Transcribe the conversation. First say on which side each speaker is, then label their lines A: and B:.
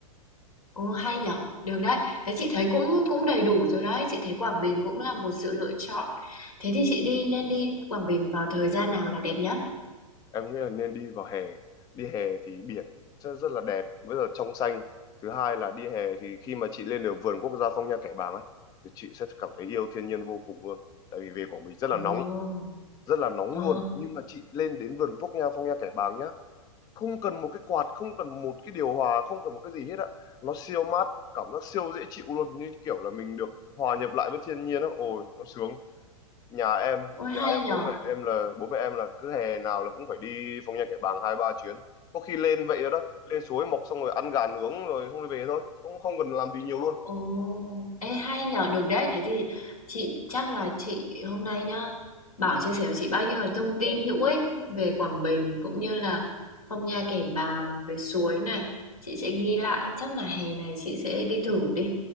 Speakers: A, on the left; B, on the left.
A: Ồ, hay nhở, được đấy. Thế chị thấy cũng cũng đầy đủ rồi đấy, chị thấy Quảng Bình cũng là một sự lựa chọn. Thế thì chị đi nên đi Quảng Bình vào thời gian nào là đẹp nhất?
B: em nghĩ là nên đi vào hè đi hè thì biển rất, rất là đẹp rất là trong xanh thứ hai là đi hè thì khi mà chị lên được vườn quốc gia Phong Nha Kẻ Bàng á thì chị sẽ cảm thấy yêu thiên nhiên vô cùng luôn tại vì về Quảng Bình rất là
A: Ồ,
B: nóng rất là nóng
A: ồ,
B: luôn nhưng mà chị lên đến vườn quốc gia Phong Nha Kẻ Bàng nhá không cần một cái quạt không cần một cái điều hòa không cần một cái gì hết á nó siêu mát cảm giác siêu dễ chịu luôn như kiểu là mình được hòa nhập lại với thiên nhiên á ôi nó sướng nhà em
A: ôi
B: nhà
A: hay
B: em
A: nhở.
B: bố mẹ em là bố mẹ em là cứ hè nào là cũng phải đi Phong Nha Kẻ Bàng hai ba chuyến có khi lên vậy đó lên suối mọc xong rồi ăn gà nướng rồi xong rồi về thôi cũng không cần làm gì nhiều
A: Ồ,
B: luôn
A: ê hay nhờ, được đấy. Thế thì chị chắc là chị hôm nay nhá, Bảo chia sẻ cho chị bao nhiêu là thông tin hữu ích về Quảng Bình cũng như là phong nha kẻ bàng về suối này. Chị sẽ ghi lại, chắc là hè này chị sẽ đi thử đi